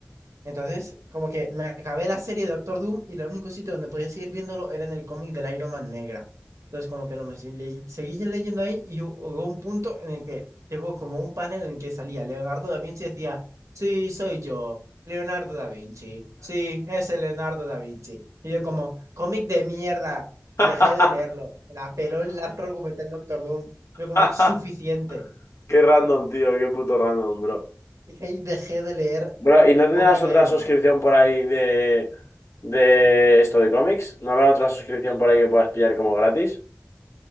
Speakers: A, on the right; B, on the left.
A: Entonces, como que me acabé la serie de Doctor Doom y el único sitio donde podía seguir viéndolo era en el cómic del Iron Man negra. Entonces, como que lo me- le- seguí leyendo ahí y hu- hubo un punto en el que llegó como un panel en el que salía Leonardo da Vinci y decía, sí, soy yo, Leonardo da Vinci, sí, es el Leonardo da Vinci. Y yo como, cómic de mierda, y
B: <laughs>
A: dejé de leerlo. Me la peló el arco argumental Doctor Doom. Yo como,
B: <laughs>
A: suficiente.
B: Qué random, tío, qué puto random, bro.
A: Y ahí dejé de leer
B: Bro, ¿y no tendrás
A: fucking
B: otra
A: Iron
B: suscripción
A: Man.
B: por ahí de, de esto de cómics? ¿No habrá otra suscripción por ahí que puedas pillar como gratis?